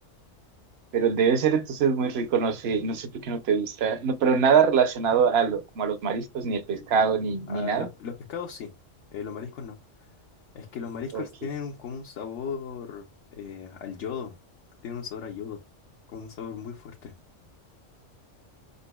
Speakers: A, on the right; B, on the left.
A: Pero debe ser entonces muy rico, no sé, no sé por qué no te gusta, no, pero nada relacionado a lo- como a los mariscos, ni el pescado, ni, ni
B: Ah,
A: nada.
B: los, los pescados sí, eh, los mariscos no. Es que los mariscos
A: Ok,
B: tienen un, como un sabor eh, al yodo, tienen un sabor a yodo, como un sabor muy fuerte.